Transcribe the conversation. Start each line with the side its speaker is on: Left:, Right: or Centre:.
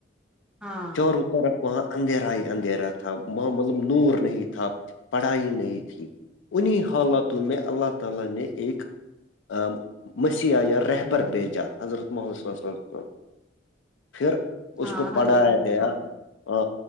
Centre: ہاں
Left: چاروں طرف وہاں اندھیرا ہی اندھیرا تھا وہب نور نہیں تھا پڑھائی نہیں تھی انہیں حالاتوں میں اللہ ت تل نے ایک <unintelligible> مسیح یا رہبر بیچا حضرت محمدب پھر
Centre: ہاں
Left: اس کو
Centre: ہاں
Left: پڑھایا
Centre: حضرت
Left: گیا
Centre: ہاں
Left: ہ